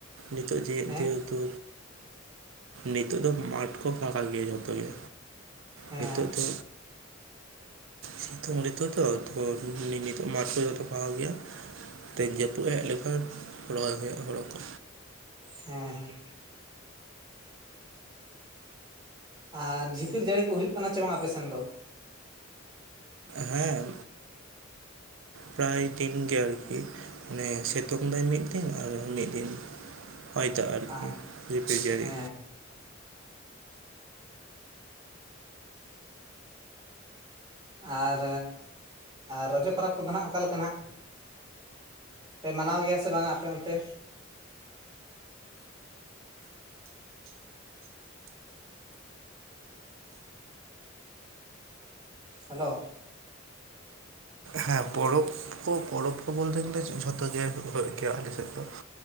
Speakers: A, on the right (about 75°); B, on the right (about 20°).
A: ᱱᱤᱛᱚᱜ ᱡᱮ
B: ᱦᱮᱸ
A: ᱡᱮᱦᱮᱛᱩ ᱱᱤᱛᱚᱜ ᱫᱚ ᱢᱟᱴᱷ ᱠᱚ ᱯᱷᱟᱠᱟ ᱜᱮᱭᱟ ᱡᱷᱚᱛᱚ ᱜᱮ᱾
B: ᱦᱮᱸ
A: ᱱᱤᱛᱚᱜ ᱫᱚ ᱥᱤᱛᱩᱝ ᱱᱤᱛᱚᱜ ᱫᱚ ᱛᱚ ᱱᱤ ᱱᱤᱛᱚᱜ ᱢᱟᱴᱷ ᱠᱚ ᱡᱚᱛᱚ ᱯᱷᱟᱠᱟ ᱜᱮᱭᱟ᱾ ᱛᱤᱧ ᱡᱟᱹᱯᱩᱫ ᱦᱮᱜ ᱞᱮᱠᱷᱟᱱ ᱨᱚᱦᱚᱭ ᱦᱩᱭᱩᱜᱼᱟ ᱦᱳᱲᱳ ᱠᱚ᱾
B: ᱦᱮᱸ ᱦᱮᱸ᱾ ᱟᱨ, ᱡᱷᱤᱯᱤᱨ ᱡᱟᱹᱲᱤ ᱠᱚ ᱦᱩᱭᱩᱜ ᱠᱟᱱᱟ ᱪᱮ ᱵᱟᱝ ᱟᱯᱮ ᱥᱮᱱ ᱫᱚ?
A: ᱦᱮᱸ, ᱯᱨᱟᱭ ᱫᱤᱱ ᱜᱮ ᱟᱨᱠᱤ᱾ ᱱᱮ ᱥᱤᱛᱩᱝ ᱫᱟᱭ ᱢᱤᱫ ᱫᱤᱱ ᱟᱨ ᱢᱤᱫ ᱫᱤᱱ ᱦᱚᱭ ᱫᱟ ᱟᱨᱠᱤ,
B: ᱟᱨ
A: ᱡᱷᱤᱯᱤᱨ ᱡᱟᱹᱲᱤ᱾
B: ᱦᱮᱸ ᱟᱨ, ᱨᱚᱡᱚ ᱯᱟᱨᱚᱵᱽ ᱠᱚᱫᱚ ᱱᱟᱜ ᱚᱠᱟᱞᱮᱠᱟ ᱦᱟᱸᱜ? ᱯᱮ ᱢᱟᱱᱟᱣ ᱜᱮᱭᱟ ᱥᱮ ᱵᱟᱝᱟ ᱟᱯᱮ ᱚᱱᱛᱮ? ᱦᱮᱞᱳ᱾
A: ᱦᱮᱸ, ᱯᱚᱨᱚᱵᱽ ᱠᱚ ᱯᱚᱨᱚᱵᱽ ᱠᱚ ᱵᱚᱞᱛᱮ ᱜᱮᱞᱮ ᱡᱷᱚᱛᱚ ᱜᱮ ᱦᱩᱭᱩᱜ ᱜᱮᱭᱟ, ᱟᱞᱮ ᱥᱮᱫ ᱫᱚ᱾